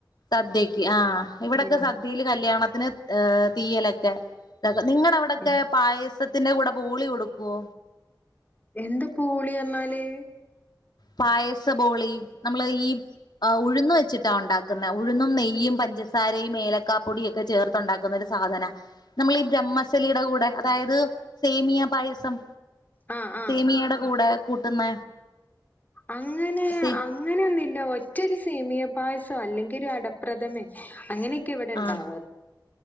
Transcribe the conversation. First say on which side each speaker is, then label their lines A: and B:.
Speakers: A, on the left (about 70°); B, on the left (about 25°).
A: സദ്യക്ക് ആ് ഇവിടെൊക്കെ
B: ഉം
A: സദ്യയില് കല്യാണ തിന് തീയലൊക്കെ നിങ്ങള അവിടയൊക്കെ
B: ഉം
A: പായ ത്തിന്റെ കൂടെ ബോളി കൊടുക്കുവോ
B: എന്താ പൂളി പറഞ്ഞാല്
A: പായസപോളി നമ്മള് ഈ ഉഴന്ന് വെച്ചിട്ടാ ഉണ്ടാക്ക ഉഴന്നും നെയ്യും പഞ്ചസാരയും ഏലക്കാപ്പൊടിയ ഒക്കെ ചേർത്തുണ്ടാക്കുന്നൊ ഒരു സാധന നമ്മൾ ഈ ബ്രഹ്മസലിയുടെ കൂടെ അതായത് സേമിയാ പായസം
B: ആ ആ
A: സേമിയയുടെ കൂടെ കൂട്ടുന്ന
B: അങ്ങനെ
A: സേ
B: അങ്ങനെയൊന്നുമില്ല ഒറ്റൊരു സേമിയെ പായസോ അല്ലെങ്കിൽ ഒരു അടപ്രദമൻ അങ്ങനെ ക്കൊ ഇവിടെണ്ടവ
A: ആഹ്